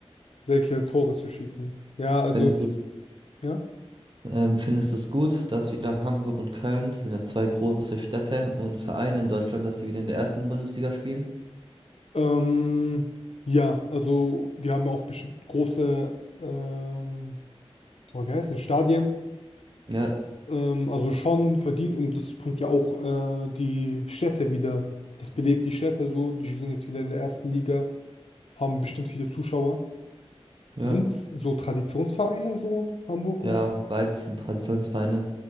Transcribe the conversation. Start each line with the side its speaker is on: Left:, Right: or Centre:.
Left: solche Tore zu schießen. Ja, also,
Right: findest du es
Left: ja.
Right: ähm, findest du es gut, dass wieder Hamburg und Köln, das sind ja zwei große Städte und Vereine in Deutschland, dass sie wieder in der ersten Bundesliga spielen?
Left: Ähm, ja, also die haben ja auch bestimmt große, ähm, oh, wie heißt es, Stadien.
Right: Ja,
Left: Ähm, also schon verdient und das bringt ja auch äh, die Städte wieder. Das belebt die Städte so. Die sind jetzt wieder in der ersten Liga, haben bestimmt viele Zuschauer.
Right: ja.
Left: Sind es so Traditionsvereine so, Hamburg
Right: Ja,
Left: und so?
Right: beides sind Traditionsvereine.